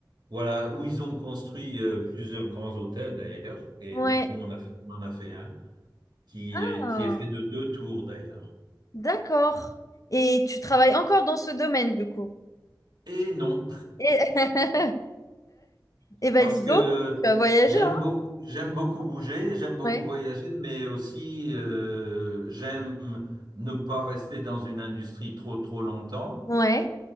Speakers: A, on the right; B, on the left.
A: Voilà, où ils ont construit euh, plusieurs grands hôtels d'ailleurs, et
B: Ouais.
A: donc nous on a, on en a fait un. qui, est-
B: Ah,
A: qui est fait de deux tours d'ailleurs.
B: d'accord. Et tu travailles encore dans ce domaine, du coup.
A: Et non,
B: Et, <laughs> Eh ben,
A: parce
B: dis
A: que
B: donc, tu vas voyager,
A: j'aime
B: hein?
A: beaucoup, j'aime beaucoup bouger, j'aime beaucoup
B: Ouais.
A: voyager, mais aussi euh, j'aime ne pas rester dans une industrie trop trop longtemps,
B: Ouais.